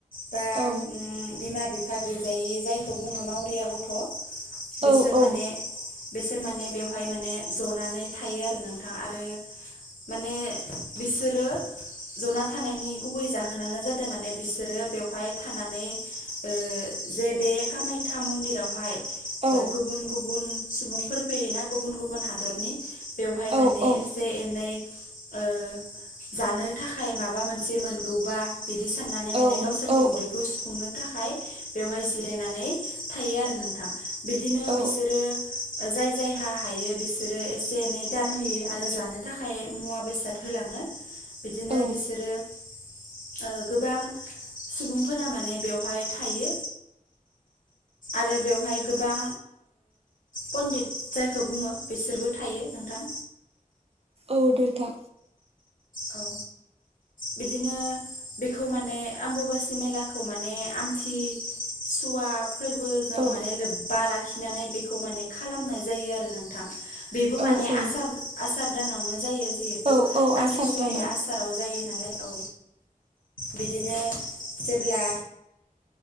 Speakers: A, on the left; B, on the right.
A: बा
B: औ
A: उम बिमा बिफा गैजायि जायखौ बुङो मावरिया गथ'। बिसोर
B: औ औ
A: माने बेसोर माने बेवहाय माने जनानै थायो आरो नोंथां आरो माने बिसोरो जना थानायनि गुबै जाहोनानो जादों माने बिसोरो बेवहाय थानानै ओ जे बे कामाख्या मन्दिरावहाय
B: औ
A: गुबुन गुबुन सुबुंफोर फैयोना गुबुन गुबुन हादरनि बेवहाय
B: औ
A: माने
B: औ
A: एसे एनै ओ जानो थाखाय माबा मोनसे मोनगौबा बिदि सान माने माने
B: औ
A: गावसोरनि
B: औ
A: उदैखौ सुफुंनो थाखाय बेवहाय जिरायनानै। थायो आरो नोंथां बिदिनो
B: औ
A: बिसोरो जाय जाय हा हायो बिसोरो एसे एनै दान होयो आरो जानो थाखाय मुवा बेसाद होलाङो। बिदिनो
B: औ
A: बिसोरो ओ गोबां सुबुंफोरा माने बेवहाय थायो। आरो बेवहाय गोबां पणडित जायखौ बुङो बिसोरबो थायो नोंथां।।
B: औ दैथा
A: औ बिदिनो बेखौ माने आम्बबासि मेलाखौ माने आमथि। सुवा फोरबो जों
B: औ
A: माने लोब्बा लाखिनानै बेखौ माने खालामनाय जायो आरो नोंथां‌। बेबो
B: औ
A: माने
B: औ
A: आसार आसार दानावनो जायो जिहेथु
B: औ औ
A: आमथिसुवाया
B: आसार दानाव
A: आसाराव जायो। <unintelligible> नालाय औ बिदिनो जेब्ला